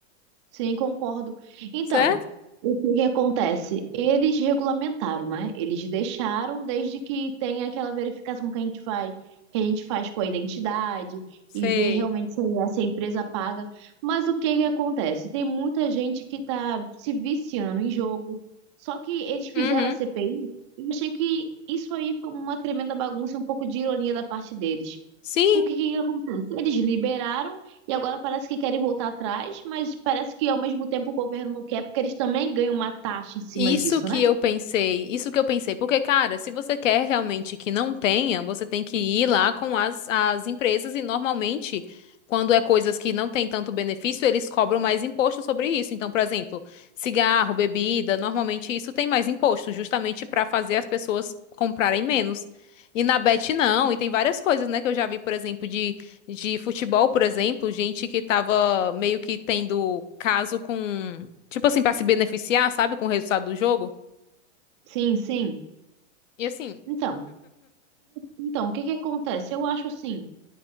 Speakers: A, on the right; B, on the left.
A: Sim, concordo. Então,
B: certo?
A: O que que acontece? Eles regulamentaram, né? Eles deixaram desde que tenha aquela verificação que a gente faz, que a gente faz com a identidade
B: Sei.
A: e ver realmente se a, se a empresa paga. Mas o que que acontece? Tem muita gente que está se viciando em jogo. Só que eles fizeram
B: Uhum.
A: a CPI e eu achei que isso aí foi uma tremenda bagunça e um pouco de ironia da parte deles.
B: Sim.
A: O que que acontece? Eles liberaram e agora parece que querem voltar atrás, mas parece que ao mesmo tempo o governo não quer, porque eles também ganham uma taxa em cima
B: Isso
A: disso,
B: que
A: né?
B: eu pensei, isso que eu pensei, porque, cara, se você quer realmente que não tenha, você tem que ir lá com as, as empresas e normalmente, quando é coisas que não tem tanto benefício, eles cobram mais imposto sobre isso. Então, por exemplo, cigarro, bebida, normalmente isso tem mais imposto, justamente para fazer as pessoas comprarem menos. E na Bet não, e tem várias coisas, né, que eu já vi, por exemplo, de, de futebol, por exemplo, gente que tava meio que tendo caso com Tipo assim, pra se beneficiar, sabe, com o resultado do jogo.
A: Sim, sim.
B: E assim,
A: Então, então, o que que acontece? Eu acho assim.